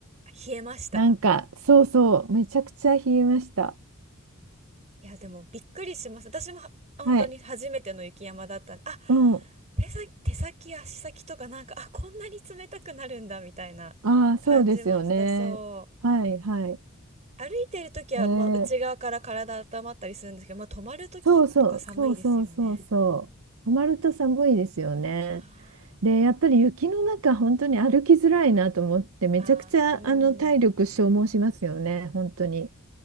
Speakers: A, on the right (about 30°); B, on the right (about 70°).
A: 冷えました
B: なんかそうそう、めちゃくちゃ冷えました。
A: いや、でもびっくりします。私もは本当に初めての雪山だったんで、
B: はい。
A: あ、
B: うん。
A: 手先、手先、足先とかなんか、あ、こんなに冷たくなるんだみたいな感じました。
B: ああ、そうですよね。
A: そう。
B: はいはい。
A: 歩いてるときは、
B: えー
A: まあ、内側から体温まったりするんですけど、まあ、止まるときとか寒いですよね。
B: そうそうそうそうそうそう。止まると寒いですよね。
A: あ
B: で、やっぱり雪の中、本当に歩きづらいなと思って、めちゃくちゃあの体力消耗しますよね、
A: ーあー、うん。
B: 本当に。